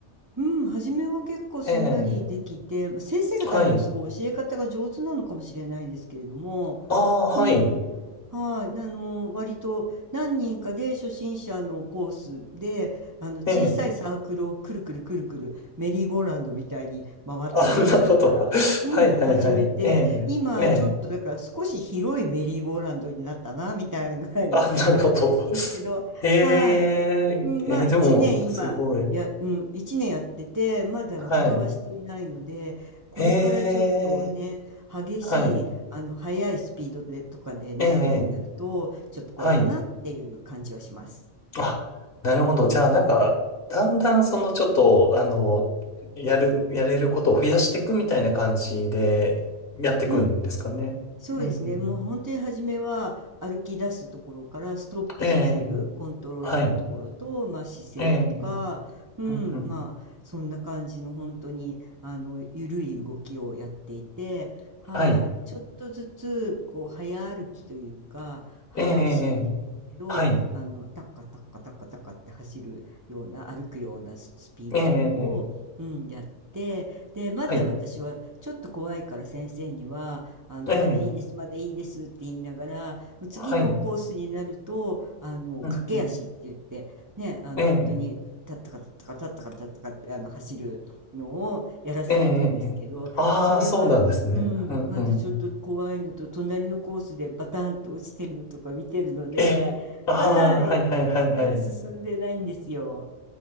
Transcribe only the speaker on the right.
うん、初めは結構すんなりできて、
まあ先生が多分すごい教え方が上手なのかもしれないですけれども、
うん。はい。あの、割と何人かで初心者のコースで、あの、小さいサークルをくるくるくるくる、
メリーゴーラウンドみたいに回ってるやつから、
うん、
始めて、
今ちょっとだから少し広いメリーゴーラウンドになったな、
みたいなぐらいの感じなんですけど、
はい。うん、
まあ、一年今、
や、うん、一年やってて、まだ落馬はしていないので、
これからちょっとね、
激しい、
あの、速いスピードでとかで習うようになると、
ちょっと怖いかなっていう感じはします。
うん。そうですね。
もう本当に初めは歩き出すところからストップさせるコントロールのところと、
まあ、姿勢とか、
うん、
まあそんな感じの本当にあの緩い動きをやっていて、はい、
ちょっとずつこう早歩きというか早足っていうんですけど、
あのタッカタッカタッカタッカって走るような歩くようなススピードのを、
うん、やって、でまだ私はちょっと怖いから先生には。
あの、
まだいいです、まだいいですって言いながら、もう次のコースになると、
あの、
駆け足って言って、ね、あの、
本当に、立ったか立ったか立ったか立ったかって、あの、走るのをやらされるんですけど、
それは、
うん、
まずちょっと怖いのと、隣のコースでバタンと落ちてるのとか見てるので、
はい、
それは進んでないんですよ。